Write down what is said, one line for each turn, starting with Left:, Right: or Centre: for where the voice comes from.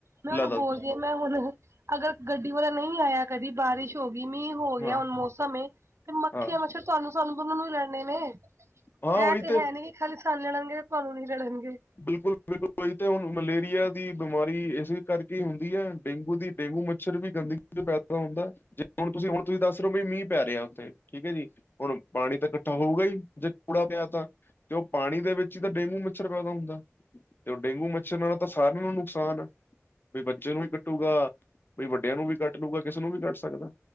Right: ਮੈਂ ਓਨੂੰ
Left: ਲੈ ਦੱਸ
Right: ਬੋਲ ਦੀ ਆ ਮੈਂ ਹੁਣ, ਅਗਰ ਗੱਡੀ ਵਾਲਾ ਨ‌ਈ ਆਇਆ ਕਦੀ ਬਾਰਿਸ਼ ਹੋਗੀ, ਮੀਂਹ ਹੋ ਗਿਆ
Left: ਹਾਂ
Right: ਹੁਣ ਮੌਸਮ ਏ, ਤੇ ਮੱਖੀਆਂ,
Left: ਹਾਂ
Right: ਮੱਛਰ ਤੁਹਾਨੂੰ ਸਾਨੂੰ ਦੋਨਾਂ ਨੂੰ ਈ ਲੜਨੇ ਨੇ।
Left: ਹਾਂ
Right: ਐਹ
Left: ਉਹੀ
Right: ਤੇ ਹੈ ਨੀ ਖਾਲੀ ਸਾਨੂੰ ਲੜਨਗੇ ਤੇ ਤੁਹਾਨੂੰ ਨੀ ਲੜਨਗੇ।
Left: ਬਿਲਕੁਲ-ਬਿਲਕੁਲ ਓਹੀ ਤੇ ਹੁਣ ਮਲੇਰੀਆ ਦੀ ਬਮਾਰੀ ਏਸੇ ਕਰਕੇ ਈ ਹੁੰਦੀ ਐ ਡੇਂਗੂ ਦੀ। ਡੇਂਗੂ ਮੱਛਰ ਵੀ ਗੰਦਗੀ ਤੋਂ ਪੈਦਾ ਹੁੰਦਾ, ਜੇ ਹੁਣ ਤੁਸੀਂ ਹੁਣ ਤੁਸੀਂ ਦੱਸ ਰੇ ਓ ਵੀ ਮੀਂਹ ਪੈ ਰਿਆ ਉੱਥੇ ਠੀਕ ਐ ਜੀ, ਹੁਣ ਪਾਣੀ ਤਾਂ ਕੱਠਾ ਹੋਊਗਾ ਈ ਜੇ ਕੂੜਾ ਪਿਆ ਤਾਂ। ਕਿਉਂ ਪਾਣੀ ਦੇ ਵਿੱਚ ਤਾਂ ਡੇਂਗੂ ਮੱਛਰ ਪੈਦਾ ਹੁੰਦਾ‌। ਤੇ ਓ ਡੇਂਗੂ ਮੱਛਰ ਨਾਲ ਤਾਂ ਸਾਰਿਆਂ ਨੂੰ ਨੁਕਸਾਨ ਐ। ਬੀ ਬੱਚੇ ਨੂੰ ਵੀ ਕੱਟੂਗਾ, ਬੀ ਵੱਡਿਆਂ ਨੂੰ ਵੀ ਕੱਟ ਲੂਗਾ ਕਿਸੇ ਨੂੰ ਵੀ ਕੱਟ ਸਕਦਾ।